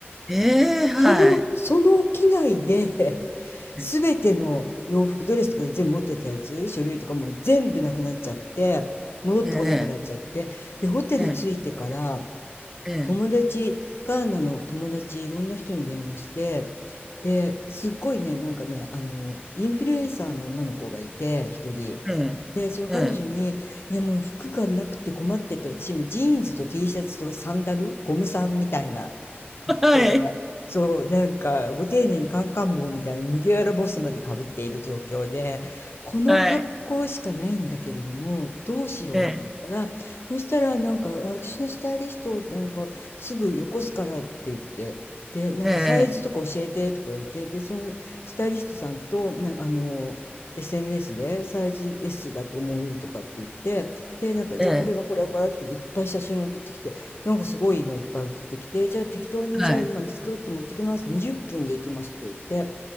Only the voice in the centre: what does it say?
ええ、はい。
ええ、
ええ、
ええ、ええ、
ええ、
ええ。
はい、
はい。
ええ、
ええ、
ええ、
はい。